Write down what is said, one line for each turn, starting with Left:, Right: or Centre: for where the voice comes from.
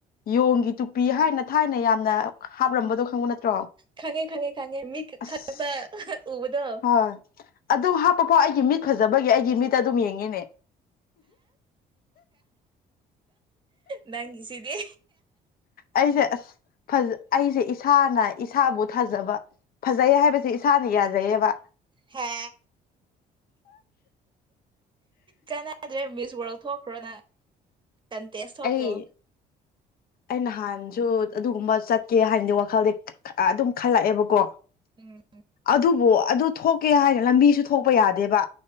Left: ꯌꯣꯡꯒꯤ ꯇꯨꯄꯤ ꯍꯥꯏꯅ ꯊꯥꯏꯅ ꯌꯥꯝꯅ ꯍꯥꯞꯂꯝꯝꯕꯗꯣ ꯈꯪꯕ ꯅꯠꯇ꯭ꯔꯣ
Right: ꯈꯅꯦ ꯈꯅꯤ ꯈꯉ ꯃꯤ
Left: ꯑꯁ
Right: ꯈ ꯎꯕꯗꯣ
Left: ꯍꯣꯏ ꯑꯗꯨ ꯍꯥꯞꯄꯐꯥꯎ ꯑꯩꯒꯤ ꯃꯤꯠ ꯐꯖꯕꯒꯤ ꯑꯩꯒꯤ ꯃꯤꯠꯇ ꯑꯗꯨꯝ ꯌꯦꯡꯉꯤꯅꯦ
Right: ꯅꯪꯁꯤꯗꯤꯦ
Left: ꯑꯩꯗ ꯖ ꯑꯩꯁꯦ ꯏꯁꯥꯅ ꯏꯁꯥꯕꯨ ꯊꯥꯖꯕ ꯐꯖꯩ ꯍꯥꯏꯕꯁꯦ ꯏꯁꯥꯅ ꯌꯥꯖꯩꯌꯦꯕ
Right: ꯍꯦ ꯀꯅꯗ꯭ꯔꯦ ꯃꯤꯁ ꯋꯥꯔꯛ ꯊꯣꯛꯈ꯭ꯔꯣ ꯅ ꯀꯟꯇꯦꯁ ꯊꯣꯛꯈ꯭ꯔꯣ
Left: ꯑꯩ ꯑꯩ ꯅꯍꯥꯟꯁꯨ ꯑꯗꯨꯒꯨꯝꯕ ꯆꯠꯀꯦ ꯍꯥꯏꯥꯟꯅꯗꯤ ꯋꯥꯈꯜꯗꯤ ꯑꯗꯨꯝ ꯈꯜꯂꯛꯑꯦꯕꯀꯣ
Right: ꯎꯝ
Left: ꯑꯗꯨꯕꯨ ꯑꯗꯨ ꯊꯣꯛꯀꯦ ꯍꯥꯏꯔꯅ ꯂꯝꯕꯤꯁꯨ ꯊꯣꯛꯄ ꯌꯥꯗꯦꯕ